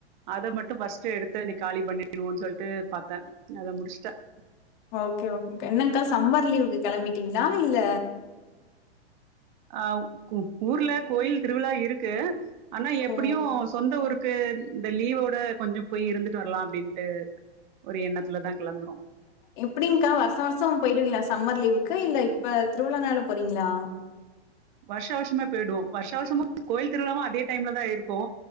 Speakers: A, on the right (about 45°); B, on the left (about 45°).
A: அத மட்டும் பஃஸ்ட்டு எடுத்து இன்னைக் காலி பண்ணிடுவோம் சொல்ட்டு பாத்தன் அத முடிச்ட்டன்
B: ஓகே ஓகே என்னக்கா சம்மர் லீவுக்கு கெளம்பிட்டீங்களா இல்ல
A: ஆ ஊர்ல கோயில் திருவிழா இருக்கு ஆனா எப்டியும்
B: ஓ!
A: சொந்த ஊருக்கு கு இந்த லீவோட கொஞ்சம் போய் இருந்துட்டு வர்லா அப்டின்ட்டு ஒரு எண்ணத்துல தா கெளம்புறோ
B: எப்டிங்க்கா வர்ஷோ வர்ஷோ அங் போயிடுவீங்ளா சம்மர் லீவுக்கு இல்ல இப்ப திருவிழானால போறீங்ளா
A: வர்ஷோ வர்ஷமே போய்டுவோம் வர்ஷோ வர்ஷோமு கோயில் திருவிழாவும் அதே டைம்ல தா இருக்கோ